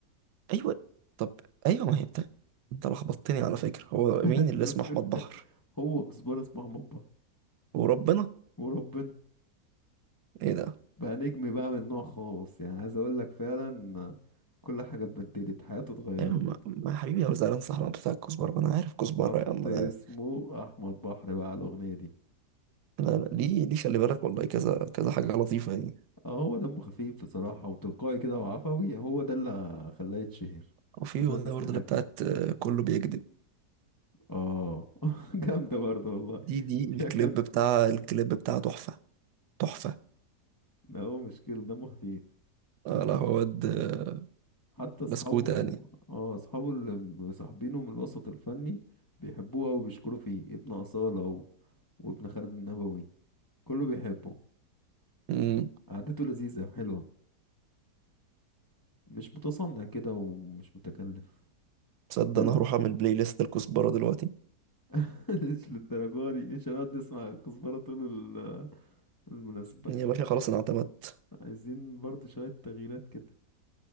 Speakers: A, on the right (about 80°); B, on the left (about 25°).
A: ايوه طب ايوه ما هي بتاع انت لخبطتني على فكره هو مين
B: لففتك
A: اللي اسمه احمد بحر
B: هو كزبره اسمه احمد بحر
A: وربنا
B: وربنا
A: ايه ده
B: بقى نجم بقى من نوع خاص يعني عايز اقول لك فعلا كل حاجة اتبدلت حياته اتغيرت
A: ايوه ما, ما يا حبيبي يا زعلان صح انا بتاع الكزبره ما انا
B: <laughs>
A: عارف كزبره
B: حط
A: يا عم
B: اسمه
A: ده
B: احمد بحر بقى على الاغنية دي
A: لا لا ليه ليه خلي بالك والله كذا كذا حاجه لطيفه يعني
B: اه هو دمه خفيف بصراحة وتلقائي كده وعفوي هو ده اللي خلاه يتشهر
A: وفي اغنيه
B: كل الناس
A: برضه
B: تحبه
A: اللي بتاعت آه، كله بيكذب
B: اه <laughs> جامدة برضه والله
A: دي دي
B: <laughs>
A: الكليب
B: يا كلام
A: بتاع الكليب بتاع تحفه تحفه
B: لا هو مش كده دمه خفيف
A: آه لا هو واد آه،
B: حتى اصحابه
A: بسكوته يعني
B: اه اصحابه اللي مصاحبينه من الوسط الفني بيحبوه أوي وبيشكروا فيه ابن أصالة و... وابن خالد النبوي كله بيحبه
A: امم
B: قعدته لذيذة حلوة مش متصنع كده ومش متكلف
A: تصدق
B: حلوة
A: انا هروح اعمل بلاي ليست الكزبره دلوقتي
B: <laughs> مش للدرجة دي مش هنقعد نسمع كزبرة طول ال- المناسبة
A: يا باشا خلاص انا اعتمدت
B: عايزين برضو شوية تغييرات كده